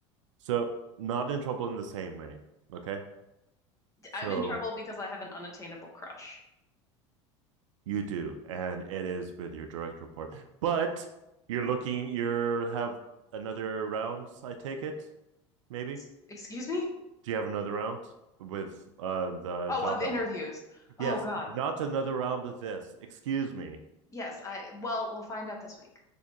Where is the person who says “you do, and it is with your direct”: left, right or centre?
Right